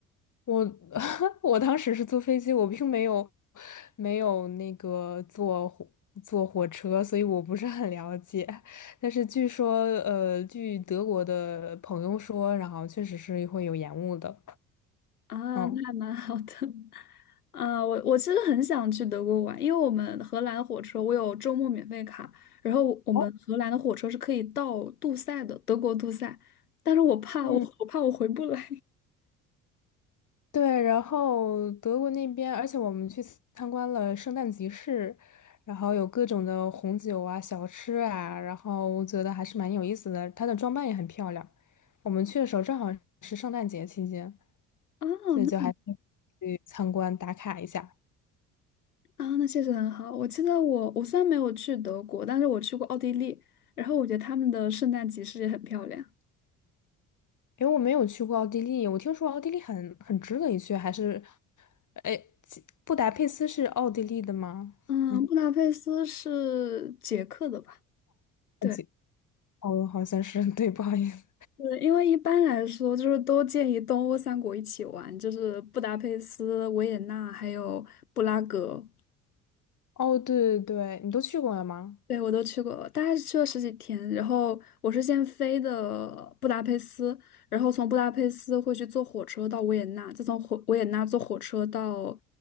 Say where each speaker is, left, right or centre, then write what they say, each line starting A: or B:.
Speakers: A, on the left (about 40°); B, on the left (about 80°).
A: 我 <laughs> 我当时是坐飞机，我并没有没有那个坐火坐火车，所以我不是很了解。但是据说，呃，据德国的朋友说，然后确实是会有延误的。
B: 啊，
A: 嗯。
B: 那还蛮好的。啊，我我其实很想去德国玩，因为我们荷兰火车我有周末免费卡，然后我我们荷兰的火车是可以到杜塞的，
A: 哦，
B: 德国杜塞，但是我怕我我怕我回不来。
A: 嗯，对，然后德国那边，而且我们去参观了圣诞集市，然后有各种的红酒啊、小吃啊，然后我觉得还是蛮有意思的。它的装扮也很漂亮。我们去的时候正好是圣诞节期间，
B: 哦，
A: 所以就还
B: 那
A: 去参观打卡一下。
B: 啊，那确实很好。我记得我我虽然没有去德国，但是我去过奥地利，然后我觉得他们的圣诞集市也很漂亮。
A: 因为我没有去过奥地利，我听说奥地利很很值得一去，还是，哎，其布达佩斯是奥地利的吗？
B: 嗯，
A: 嗯，
B: 布达佩斯是捷克的吧？
A: 好像
B: 对。
A: 哦，好像是，<laughs> 对，不好意思。
B: 是因为一般来说，就是都建议东欧三国一起玩，就是布达佩斯、维也纳还有布拉格。
A: 哦，对对对，你都去过了吗？
B: 对，我都去过，大概是去了十几天。然后我是先飞的布达佩斯，然后从布达佩斯会去坐火车到维也纳，再从火维也纳坐火车到